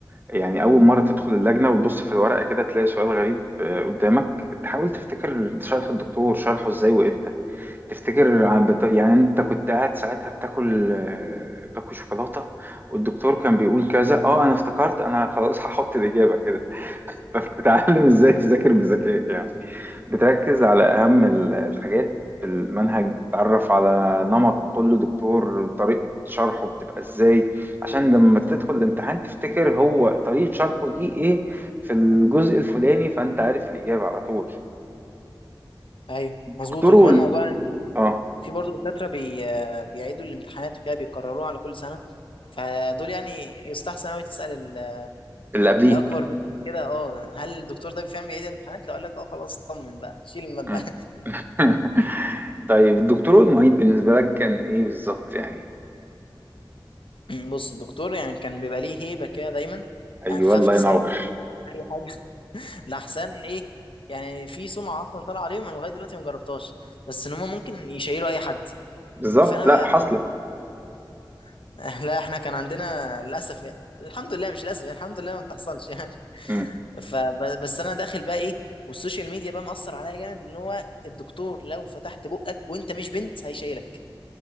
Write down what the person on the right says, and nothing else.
يعني أول مرة تدخل اللجنة وتبص في الورقة كده تلاقي سؤال غريب آه، قدامك تحاول تفتكر شرح الدكتور شرحه ازاي وامتى تفتكر ع- بت- يعني انت كنت قاعد ساعتها بتاكل آه، باكل شوكولاتة والدكتور كان بيقول كذا اه انا افتكرت انا خلاص هحط الإجابة كده فبتتعلم ازاي تذاكر بذكاء يعني بتركز على اهم ال- الحاجات في المنهج بتعرف على نمط كل دكتور طريقة شرحه بتبقى ازاي عشان لما تدخل
الامتحان تفتكر هو طريقة شرحه دي ايه في الجزء الفلاني فانت عارف الإجابة على طول
دكتور
وال...
اه
اللي قبليك
مم. <laughs> طيب الدكتور والمعيد بالنسبة لك كان ايه بالظبط يعني
ايوه
الله
ينور
بالظبط
لا حصلة
مم.